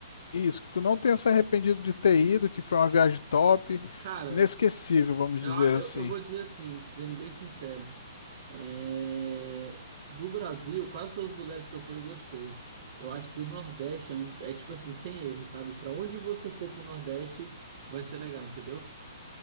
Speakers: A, on the left (about 75°); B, on the right (about 40°).
A: Isso, que tu não tenha se arrependido de ter ido, que foi uma viagem top,
B: Cara,
A: inesquecível, vamos
B: eu,
A: dizer
B: eu,
A: assim.
B: eu vou dizer assim, sendo bem sincero, é... do Brasil, quase todos os lugares que eu fui eu gostei. Eu acho que o Nordeste é, um, é tipo assim, sem erro, sabe? Pra onde você for pro Nordeste, vai ser legal, entendeu?